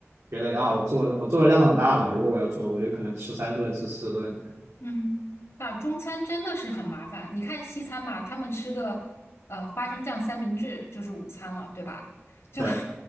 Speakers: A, on the right; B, on the left.
A: 觉得啊，我做我做的量很大嘛，如果我要做，我就可能吃三顿、吃四顿，对。
B: 嗯，那中餐真的是很麻烦。你看西餐嘛，他们吃个呃花生酱三明治就是午餐了，对吧？就
A: 对